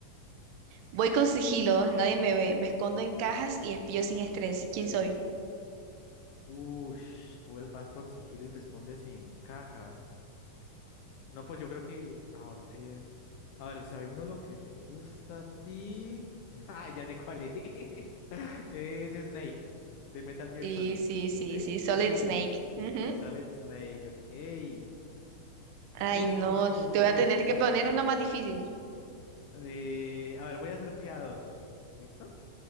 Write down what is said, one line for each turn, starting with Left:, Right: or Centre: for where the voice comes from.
Right: voy con sigilo. Nadie me ve. Me escondo en cajas y espío sin estrés. ¿Quién soy?
Left: Ush, pues vas con sigilo y te escondes en cajas. No, pues yo creo que, a ver, a ver, sabiendo lo que te gusta a ti. <laughs> Ah, ya sé cuál es. <laughs> Es Snake, de Metal Gear
Right: Sí,
Left: Solid.
Right: sí, sí,
Left: ¿Sí?
Right: sí. Solid
Left: Uy,
Right: Snake. Ujú.
Left: Solid Snake, ok.
Right: Ay,
Left: Uf,
Right: no.
Left: uf, uf,
Right: Te voy a
Left: uf,
Right: tener que
Left: uf.
Right: poner una más difícil.
Left: Eh, a ver, voy a ser piadoso. ¿Listo?